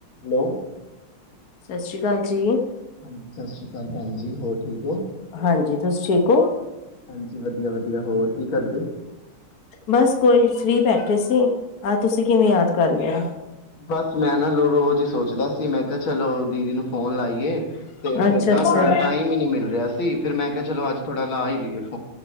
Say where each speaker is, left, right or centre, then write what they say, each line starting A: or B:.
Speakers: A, on the left; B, on the left.
A: Hello.
B: ਸਤ ਸ੍ਰੀ ਕਾਲ ਜੀ।
A: ਹਾਂਜੀ, ਸਤ ਸ੍ਰੀ ਕਾਲ ਭੈਣ ਜੀ ਹੋਰ ਠੀਕ ਹੋ?
B: ਹਾਂਜੀ ਤੁਸੀਂ ਠੀਕ ਹੋ?
A: ਹਾਂਜੀ ਵਧੀਆ-ਵਧੀਆ ਹੋਰ ਕੀ ਕਰਦੇ?
B: ਬਸ ਕੋਈ ਸਰੀ ਬੈਠੇ ਸੀ। ਆਹ ਤੁਸੀਂ ਕਿਵੇਂ ਯਾਦ ਕਰ ਲ <unintelligible>
A: ਬਸ। ਮੈਂ ਨਾ ਨੋ ਰੋਜ਼ ਈ ਸੋਚਦਾ ਸੀ ਮੈਂ ਕਿਆ ਚ ਚਲੋ ਦੀਦੀ ਨੂੰ ਫੋਨ ਲਾਈਏ ਤੇ
B: ਅੱਛਾ
A: ਫੇਰ ਨਾ
B: ਅੱਛਾ।
A: ਥੋੜਾ ਟਾਈਮ ਈ ਨੀ ਮਿਲ ਰਿਆ ਸੀ। ਫਿਰ ਮੈਂ ਕਿਆ ਚਲੋ ਅੱਜ ਥੋੜ੍ਹਾ ਲਾ ਈ ਲੀਏ ਫ